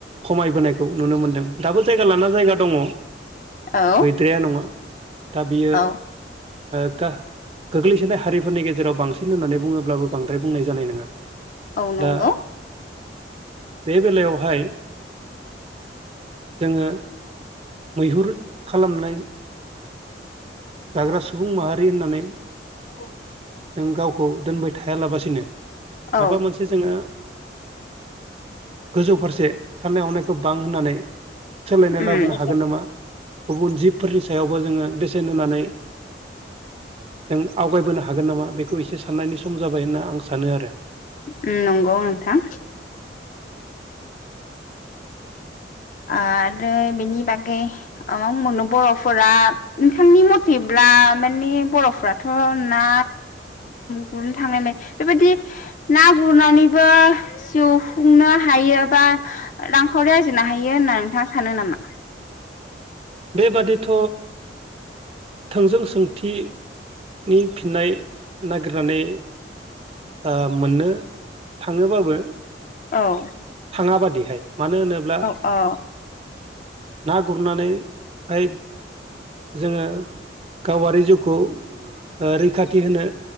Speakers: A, on the right; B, on the left.
A: खमायबोनायखौ नुनो मोनदों दाबो जायगा लाना जायगा दङ
B: औ
A: गैद्राया नङा दा बियो
B: औ
A: ओ गा गोग्लैसोनाय हारिफोरनि गेजेराव बांसिन होननानै बुङोब्लाबो बांद्राय बुंनाय जानाय नङा
B: औ नंगौ
A: दा बे बेलायावहाय <inaudible> जोङो मैहुर खालामनाय जाग्रा सुबुं माहारि होन्नानै
B: <inaudible>
A: जों गावखौ दोनबाय थाया लाबसिनो माबा
B: औ
A: मोनसे जोंङो गोजौ फारसे सान्नाय हनायखौ बां होन्नानै सोलायनाय
B: उम
A: लाबोनो हागोन नामा गुबुन जिबफोरनि सायावबो जोङो बेसेन होनानै जों आवगायबोनो हा गोन नामा बेखौ एसे साननायनि सम सम जाबायना आं सानो आरो
B: उम नंगौ नोंथां। आरो बेनि बागै <unintelligible> बर'फोरा नोंथांनि मथेब्ला माने बर'फोराथ' ना गुरनो थांनायलाय बेबायाददि ना गुरनानैबो जिउ खुंनो हायो बा रांखावरि आरजिनो हाय हायो होना नोंथाङा सानो नामा?
A: बेबादिथ' थोंजों सोंथिनि फिननाय नागिरनानै ओ मोन्नो थाङोबाबो
B: औ
A: थाङा बादिहाय मानो होनोब्ला
B: औ औ
A: ना गुरनानै हाय जोङो गावारि जिउखौ ओ रैखाथि होनो